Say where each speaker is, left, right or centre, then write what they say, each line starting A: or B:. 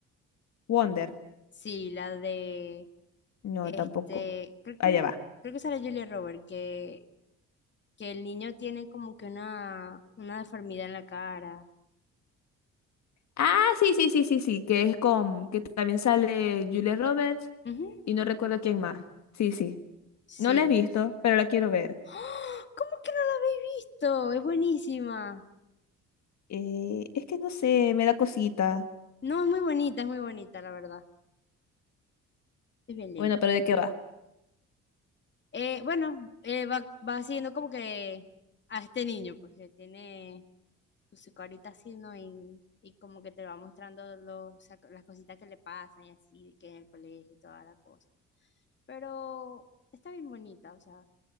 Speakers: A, on the left; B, on the left.
A: Wonder,
B: Sí, la de
A: no,
B: este,
A: tampoco.
B: creo
A: Allá
B: que,
A: va.
B: creo que sale Julia Roberts que, que el niño tiene como que una, una deformidad en la cara.
A: Ah, sí, sí, sí, sí, sí, que es con, que también sale Julia Roberts
B: Ujú,
A: y no recuerdo quién más. Sí, sí.
B: Sí.
A: No la he visto, pero la quiero ver.
B: ¡Ah! ¿Cómo que no la habéis visto? Es buenísima.
A: Eh, es que no sé, me da cosita.
B: No, es muy bonita, es muy bonita, la verdad. Es bien linda.
A: Bueno, pero ¿de qué va?
B: Eh, bueno, eh, va, va siguiendo como que a este niño, pues que tiene pues, su carita así, ¿no? Y, y como que te va mostrando los, sac- las cositas que le pasan y así, que en el colegio y toda la cosa. Pero está bien bonita, o sea,